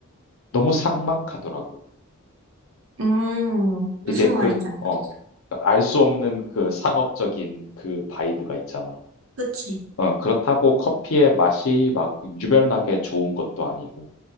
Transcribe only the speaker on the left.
너무 삭막하더라고.
이게
그,
어, 그러니까 알수 없는 그 상업적인 그 바이브가 있잖아.
어, 그렇다고 커피의 맛이 막 유별나게 좋은 것도 아니고,